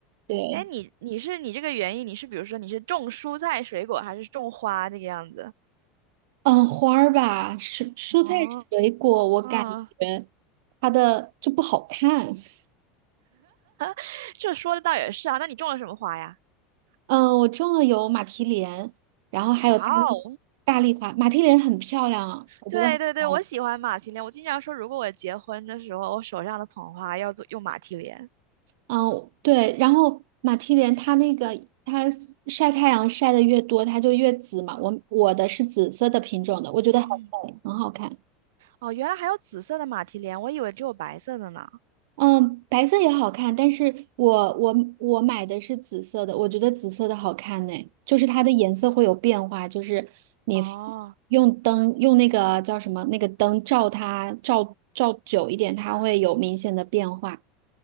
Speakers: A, on the right; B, on the right.
A: 对，
B: 哎，你你是你这个园艺，你是比如说你是种蔬菜水果，还是种花这个样子？
A: 嗯，花儿吧，蔬蔬菜水果，
B: 哦，
A: 我感觉
B: 嗯，
A: 它的就不好看。<laughs>
B: <laughs> 这说的倒也是啊，那你种了什么花呀？
A: 嗯，呃我种了有马蹄莲，然后还有大丽大丽花。
B: 哇哦，
A: 马蹄莲很漂亮啊，我觉得很漂亮。
B: 对对对，我喜欢马蹄莲，我经常说，如果我结婚的时候，我手上的捧花要做用马蹄莲。
A: 嗯，对，然后马蹄莲它那个它晒太阳晒的越多，它就越紫嘛。我我的是紫色的品种的，我觉得很美，
B: 嗯。
A: 很好看。
B: 哦，原来还有紫色的马蹄莲，我以为只有白色的呢。
A: 嗯，白色也好看，但是我我我买的是紫色的，我觉得紫色的好看呢，就是它的颜色会有变化，就是你
B: 哦，
A: f- 用灯用那个叫什么那个灯照它照照久一点，它会有明显的变化。